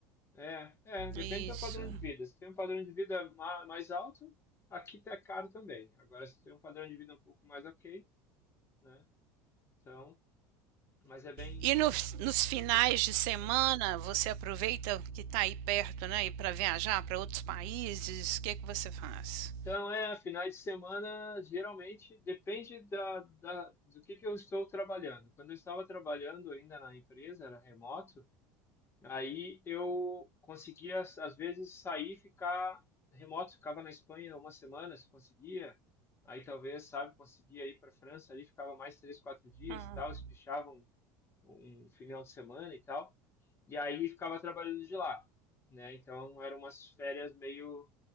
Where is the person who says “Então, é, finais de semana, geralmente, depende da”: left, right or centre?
Left